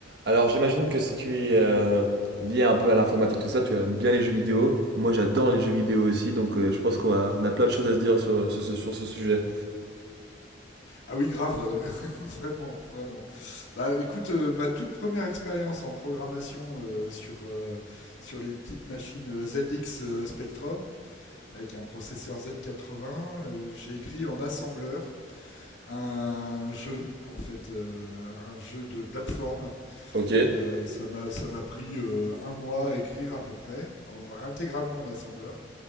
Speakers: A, on the right; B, on the left.
A: Alors j'imagine que si tu es euh, lié un peu à l'informatique, tout ça, tu aimes bien les jeux vidéo. Moi j'adore les jeux vidéo aussi, donc euh, je pense qu'on a, on a plein de choses à se dire sur, sur ce, sur ce sujet.
B: Ah oui, grave, euh, <laughs> vraiment, vraiment. Bah, écoute, euh, ma toute première expérience en programmation euh, sur, euh, sur les petites machines euh, ZX euh, Spectrum avec un processeur Z80, euh, j'ai écrit en assembleur un jeu, en fait, euh, un jeu de plateforme.
A: Ok,
B: Euh, ça m'a ça m'a pris euh, un mois à écrire à peu près, en- intégralement en assembleur.